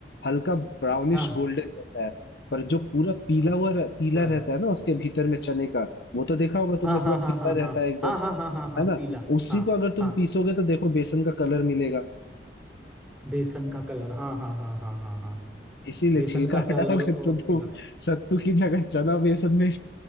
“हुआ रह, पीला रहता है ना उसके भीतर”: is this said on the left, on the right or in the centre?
Left